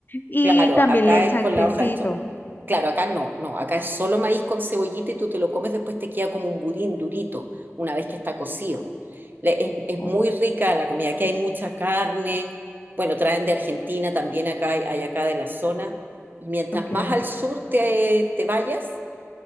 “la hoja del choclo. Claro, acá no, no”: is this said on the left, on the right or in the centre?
Right